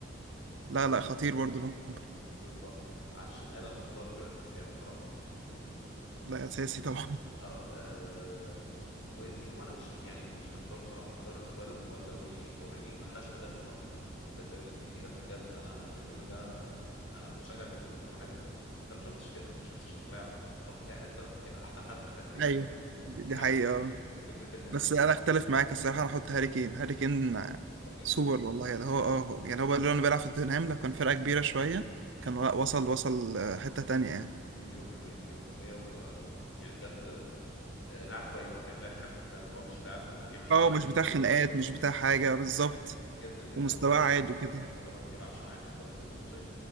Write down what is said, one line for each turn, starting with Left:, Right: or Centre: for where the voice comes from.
Right: لا
Left: بز-
Right: لا خطير برضو نمبر
Left: بالظبط على الشمال انا هختار كريستيانو بصراحه
Right: لا اساسي طبعا
Left: اه آه، وفي الهجوم انا مش يعني مش محتار بصراحه اختار سواريز ولا روني يعني هو روني ما خدش هداف ولا مره في الدوري الانجليزي بس بجد انا روني ده آه، انا بشجع ليفربول وكل حاجه بس انا ما شفتش كده ما شفتش ان لاعب تحطه في اي حته هيبقى احسن حد في الحته دي
Right: <laughs>
Left: فاهم
Right: ايوه
Left: <laughs>
Right: دي
Left: يعني
Right: حقيقة اه.
Left: وفكره انه
Right: بس انا اختلف معاك الصراحة انا احط هاري كين هاري كين
Left: خطير
Right: سوبر
Left: برضه
Right: والله يعني هو اه هو- يعني هو بقى لو بيلعب في توتنهام لو كان فرقة كبيرة شوية كان وصل وصل آه، حتة تانية يعني
Left: مليون في المية مليون في المية و- ويعني بجد آه، آه، لاعب كويس حتى يعني لاعب تحبه فاهم اللي هو مش لاعب ما بيعملش
Right: اه
Left: مشاكل
Right: مش
Left: ملوش
Right: بتاع
Left: بتاع
Right: خناقات مش بتاع حاجة بالظبط
Left: جدا جدا
Right: ومستواه
Left: اللي هو حتى
Right: عالي كده
Left: حتى لما بيلعبش معاك انت مبسوط ان انت شايفه